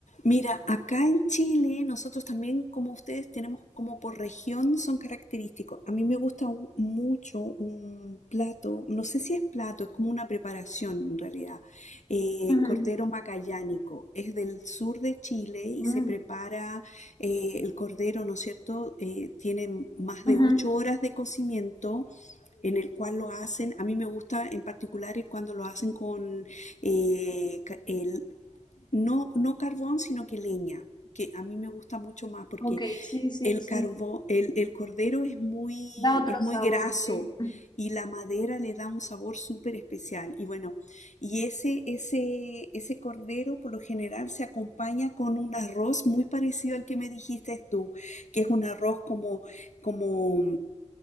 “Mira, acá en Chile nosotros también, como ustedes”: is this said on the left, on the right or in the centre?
Left